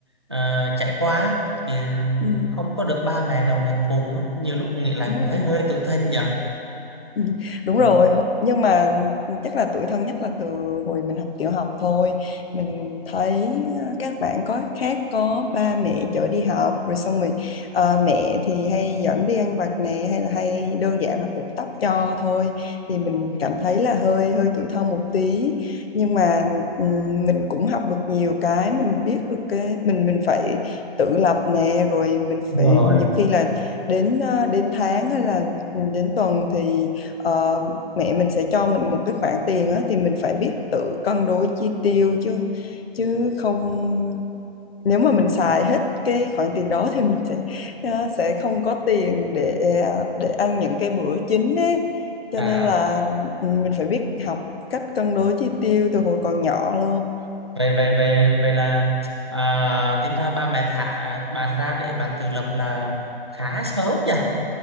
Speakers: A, on the right; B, on the left.
A: à, chạy qua á, thì
B: ừ
A: không có được ba mẹ đồng hành cùng á. nhiều lúc nghĩ lại
B: đúng
A: cũng
B: rồi
A: thấy hơi tủi thân nhỉ
B: Ừ, Đúng
A: Ừ.
B: rồi, Ho- nhưng mà ừ, chắc là tuổi thân nhất là từ hồi mình học tiểu học thôi. Mình thấy ờ, các bạn có khác có ba mẹ chở đi học rồi xong rồi ờ, mẹ thì hay dẫn đi ăn vặt nè hay là hay đơn giản là cột tóc cho thôi thì mình cảm thấy là hơi hơi tuổi thân một tí. Nhưng mà ừm, mình cũng học được nhiều cái, mình biết được cái mình mình phải tự lập nè rồi mình phải
A: rồi
B: nhiều khi là đến ờ, đến tháng hay là ừ, đến tuần thì ờ, mẹ mình sẽ cho mình một cái khoản tiền á thì mình phải biết tự cân đối chi tiêu chứ chứ không nếu mà mình xài hết cái khoản tiền đó thì mình sẽ ờ, sẽ không có tiền để để ăn những cái bữa chính ấy.
A: à
B: Cho nên là ừ, mình phải biết học cách cân đối chi tiêu từ hồi còn nhỏ luôn.
A: vậy vậy vậy vậy là à, tính ra ba mẹ thả bạn ra để bạn tự lập là khá sớm nhỉ